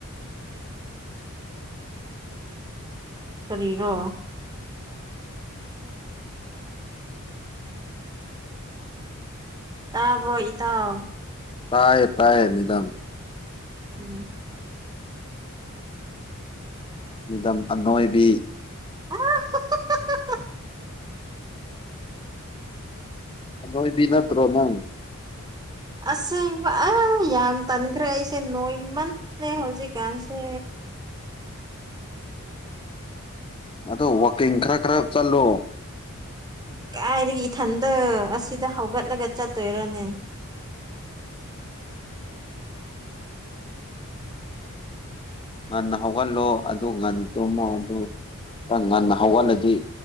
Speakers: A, on the right; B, on the left.
A: ꯀꯔꯤꯔꯣ ꯇꯥꯕ꯭ꯔꯣ ꯏꯇꯥꯎ
B: ꯇꯥꯏ ꯇꯥꯏꯌꯦ ꯃꯦꯗꯝ꯫
A: ꯎꯝ
B: ꯃꯦꯗꯝ ꯑꯅꯣꯏꯕꯤ꯫
A: ꯑꯍꯍꯍꯍꯍ
B: ꯑꯅꯣꯏꯕꯤ ꯅꯠꯇ꯭ꯔꯣ ꯅꯪ꯫
A: ꯑꯁꯦꯡꯕ ꯑ ꯌꯥꯝ ꯇꯟꯈ꯭ꯔꯦ ꯑꯩꯁꯦ ꯅꯣꯏꯃꯟ ꯂꯦ ꯍꯧꯖꯤꯛ ꯀꯥꯟꯁꯦ
B: ꯑꯗꯣ ꯋꯥꯀꯤꯡ ꯈꯔ ꯈꯔ ꯆꯠꯂꯣ
A: ꯀꯥꯏꯗꯒꯤ ꯏꯊꯟꯇ ꯑꯁꯤꯗ ꯍꯧꯒꯠꯂꯒ ꯆꯠꯇꯣꯏꯔꯅꯦ
B: ꯉꯟꯅ ꯍꯧꯒꯠꯂꯣ ꯑꯗꯨ ꯉꯟꯅ ꯇꯨꯝꯃꯣ ꯑꯗꯨ ꯈ ꯉꯟꯅ ꯍꯧꯒꯠꯂꯗꯤ꯫